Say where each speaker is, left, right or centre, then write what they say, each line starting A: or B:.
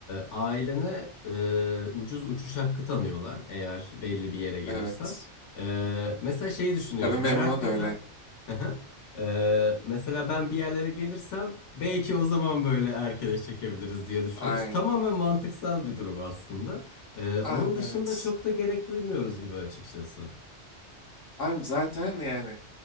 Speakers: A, on the left; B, on the left.
A: ailene e, ucuz uçuş hakkı tanıyorlar eğer belli bir yere gelirsen.
B: Evet.
A: Ee, mesela şeyi düşünüyoruz.
B: Kabin memuruna
A: Ben hakikaten
B: da öyle.
A: <laughs> Ee, mesela ben bir yerlere gelirsem belki o zaman böyle erkene çekebiliriz diye düşünüyoruz.
B: Aynen.
A: Tamamen mantıksal bir durum aslında. Ee, onun
B: Abi
A: dışında
B: evet.
A: çok da gerek duymuyoruz gibi açıkçası.
B: Abi zaten yani